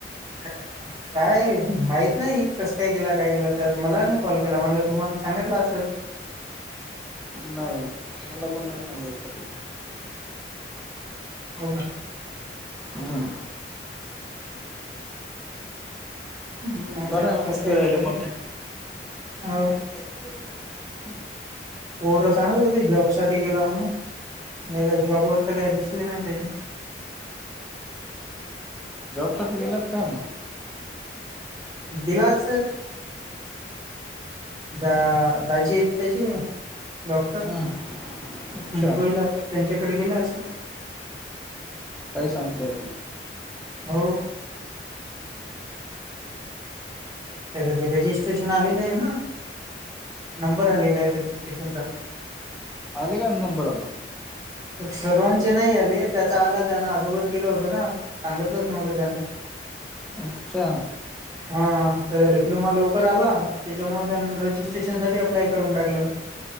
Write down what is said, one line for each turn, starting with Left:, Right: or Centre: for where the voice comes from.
Right: ह काय माहत नाही कसं काय केलं काय केलं तर मला नाही कॉल केला म्हणलं तुम्हाला सांगितलं असेल
Centre: नाही मला पण नाही सांगायचं हे
Right: हो
Centre: हम्
Right: हम्
Centre: बरं
Right: चन कष्ट
Centre: मग फिरायला
Right: आहे गल
Centre: मोठं
Right: हो
Centre: <unintelligible>
Right: पोरं सांगा जॉब साठी गेला म्हणून नाही का जॉबवरर तर काही दिसले नाही त्याचे
Centre: जॉबसाठी गेल्यात काय मग
Right: दिलास द बाजी येत त्याची डॉक्टर
Centre: हम्म अच्छा
Right: मुंबईला त्यांच्याकडे गेला असे
Centre: काही सांगतेयी
Right: हो त्या रजिस्ट्रेशन आलेलं आहे ना नंबर आलेला आहे रजिस्ट्रेशनचा
Centre: आले का नंबर आला
Right: सर्वांचे नाही आले त्याचा आला त्याना अदोगर केलं होत ना सांगितलंच नव्हतं त्यान
Centre: अच्छा
Right: ह हा त्याचा डिप्लोमा लवकर आला त्याच्यामुळे त्यां रजिस्ट्रेशन सा अप्लाय करून टाकलं